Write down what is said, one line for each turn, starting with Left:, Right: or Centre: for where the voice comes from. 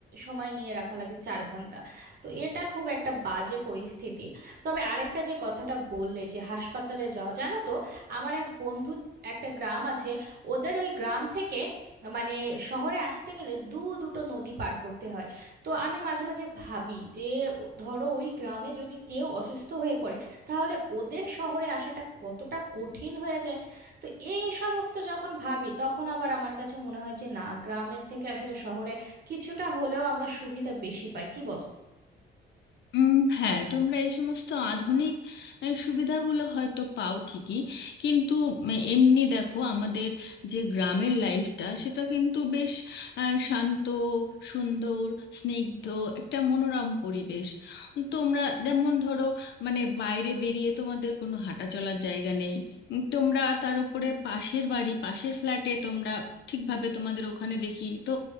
Right: সময় নিয়ে রাখা লাগে চার ঘন্টা তো এটা খুব একটা বাজে পরিস্থিতি তবে আরেকটা যে কথাটা বললে যে হাসপাতালে যাওয়া জানো তো আমার এক বন্ধু একটা গ্রাম আছে ওদের ওই গ্রাম থেকে মানে শহরে আসতে গেলে দু দুটো নদী পার করতে হয় তো আমি মাঝে মাঝে ভাবি যে ও- ধরো ওই গ্রামে যদি কেউ অসুস্থ হয়ে পড়ে তাহলে ওদের শহরে আসাটা কতটা কঠিন হয়ে যায় তো এই সমস্ত যখন ভাবি তখন আবার আমার কাছে মনে হয় যে না গ্রামের থেকে আসলে শহরে কিছুটা হলেও আমরা সুবিধা বেশি পাই কি বলো
Left: উম, হ্যাঁ তোমরা এই সমস্ত আধুনিক আহ, সুবিধাগুলো হয়তো পাও ঠিকই কিন্তু উম, এমনি দেখো আমাদের যে গ্রামের লাইফটা সেটা কিন্তু বেশ আহ, শান্ত সুন্দর স্নিগ্ধ একটা মনোরম পরিবেশ তোমরা যেমন ধরো মানে বাইরে বেরিয়ে তোমাদের কোনো হাঁটা চলার জায়গা নেই উম, তোমরা তার উপরে পাশের বাড়ি পাশের ফ্ল্যাটে তোমরা ঠিকভাবে তোমাদের ওখানে দেখি তো